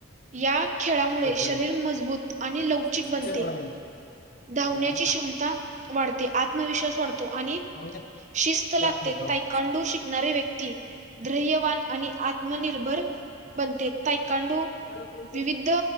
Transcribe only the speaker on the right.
या. खेळामुळे
शरीर मजबूत आणि लवचिक
बनते.
धावण्याची
क्षमता.
वाढते आत्मविश्वास वाढतो. आणि
शिस्त लागते,
तायकांडू शिकतो. शिकणारी व्यक्ती धैर्यवान आणि आत्मनिर्भर बनते. ांडू
विविध